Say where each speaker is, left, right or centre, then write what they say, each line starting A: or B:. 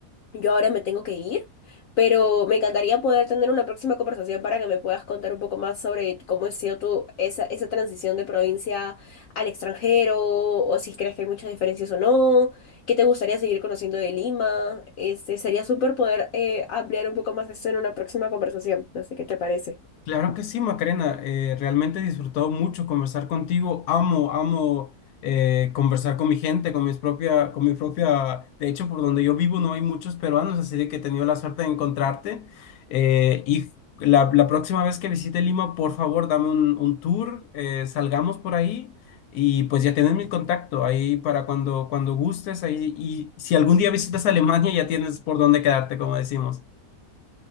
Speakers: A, on the left (about 70°); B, on the left (about 80°).
A: Yo ahora me tengo que ir, pero me encantaría poder tener una próxima conversación para que me puedas contar un poco más sobre cómo ha sido tu, esa, esa transición de provincia al extranjero, o si crees que hay muchas diferencias o no, qué te gustaría seguir conociendo de Lima. Este, sería súper poder eh, ampliar un poco más eso en una próxima conversación. No sé qué te parece.
B: Claro que sí, Macarena. eh, realmente he disfrutado mucho conversar contigo. Amo, amo eh, conversar con mi gente, con mis propia, con mi propia. De hecho, por donde yo vivo no hay muchos peruanos, así de que he tenido la suerte de encontrarte. Eh, y la, la próxima vez que visite Lima, por favor, dame un, un tour, eh, salgamos por ahí y pues ya tienes mi contacto ahí para cuando, cuando gustes. Ahí, y si algún día visitas Alemania, ya tienes por dónde quedarte, como decimos.